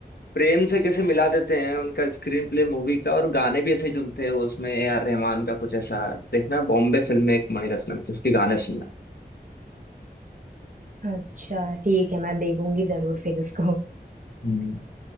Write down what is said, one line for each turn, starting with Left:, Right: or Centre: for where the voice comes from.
Left: प्रेम से कैसे मिला देते हैं उनका स्क्रीन प्ले मूवी का और गाने भी ऐसे ही चुनते हैं वो उसमें ए आर रहमान का कुछ ऐसा देखना बॉम्बे फिल्म में एक मणिरत्नम की उसके गाने सुनना
Right: अच्छा ठीक है मैं देखूंगी जरूर फिर इसको
Left: हम्म,